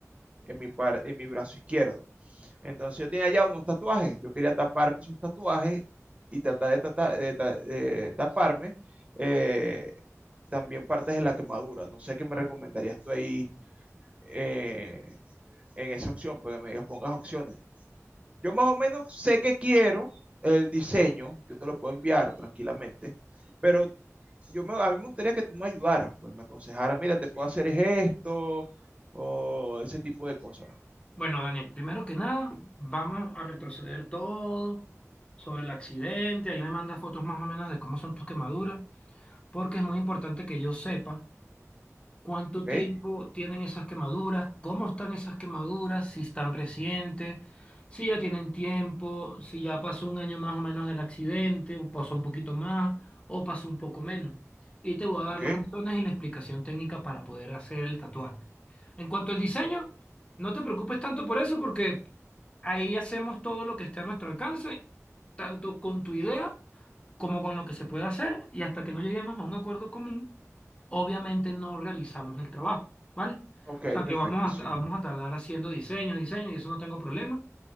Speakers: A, on the right; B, on the left.
A: en mi, par- en mi brazo izquierdo. Entonces yo tenía ya unos tatuajes, yo quería taparme esos tatuajes y tratar de, tata- de ta- de taparme eh, también partes de la quemadura. No sé qué me recomendarías tú ahí eh, en esa opción, porque me digas, pongas opciones. Yo más o menos sé que quiero el diseño, yo te lo puedo enviar tranquilamente, pero yo me- a mí me gustaría que tú me ayudaras, pues me aconsejaras, mira, te puedo hacer esto o ese tipo de cosas,
B: Bueno, Daniel, primero que nada, vamos a retroceder todo sobre el accidente. Ahí me mandas fotos más o menos de cómo son tus quemaduras, porque es muy importante que yo sepa ¿Cuánto
A: ¿ok?
B: tiempo tienen esas quemaduras? ¿Cómo están esas quemaduras? Si están recientes, si ya tienen tiempo, si ya pasó un año más o menos del accidente, o pasó un poquito más, o pasó un poco menos. Y te voy a
A: Ok,
B: dar las razones y la explicación técnica para poder hacer el tatuaje. En cuanto al diseño, no te preocupes tanto por eso, porque ahí hacemos todo lo que esté a nuestro alcance, tanto con tu idea como con lo que se puede hacer, y hasta que no lleguemos a un acuerdo común obviamente no realizamos el trabajo, ¿vale?
A: ok,
B: O sea
A: perfecto,
B: que vamos
A: sí.
B: a, vamos a tardar haciendo diseños, diseños, y eso no tengo problema.